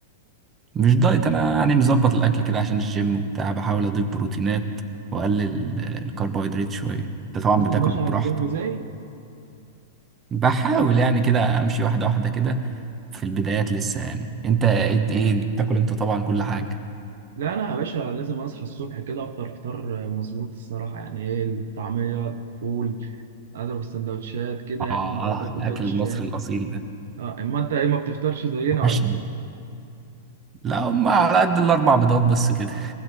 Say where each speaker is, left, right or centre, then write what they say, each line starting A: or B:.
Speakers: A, on the right (about 25°); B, on the right (about 75°).
A: مش دايت انا يعني مظبط الاكل كده عشان الجيم وبتاع بحاول اضيف بروتينات واقلل آه، الكربوهيدرات شويه انت
B: انت
A: طبعا
B: اصلا
A: بتاكل
B: ماشي على
A: براحتك
B: نظام غذائي؟
A: بحاول يعني كده امشي واحده واحده كده في البدايات لسه يعني انت ايه ايه بتاكل انت طبعا كل حاجه
B: لا انا يا باشا لازم اصحى الصبح كده افطر فطار آه، مظبوط الصراحه يعني ايه الطعميه فول اضرب السندوتشات كده يعني
A: اه
B: لو كده
A: الاكل
B: كوبايه الشاي
A: المصري الاصيل ده
B: اه اما انت ايه ما بتفطرش زينا
A: وحشني
B: ولا؟ إيه؟
A: لا هم على قد الاربع بيضات بس كده